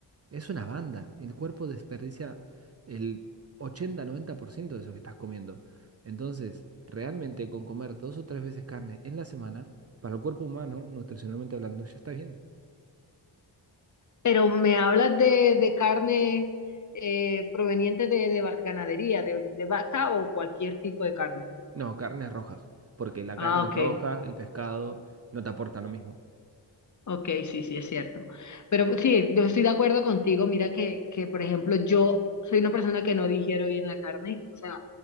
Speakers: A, on the right; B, on the left.
A: Es una banda. El cuerpo desperdicia el ochenta noventa por ciento de eso que estás comiendo. Entonces, realmente con comer dos o tres veces carne en la semana, para el cuerpo humano, nutricionalmente hablando, ya está bien.
B: pero me hablas de, de carne eh, proveniente de, de ganadería, de, de vaca o cualquier tipo de carne.
A: No, carnes rojas. Porque la
B: Ah,
A: carne
B: ok.
A: roja, el pescado, no te aporta lo mismo.
B: Ok, sí, sí, es cierto. Pero pues, sí, yo estoy de acuerdo contigo. Mira que, que, por ejemplo, yo soy una persona que no digiero bien la carne. O sea,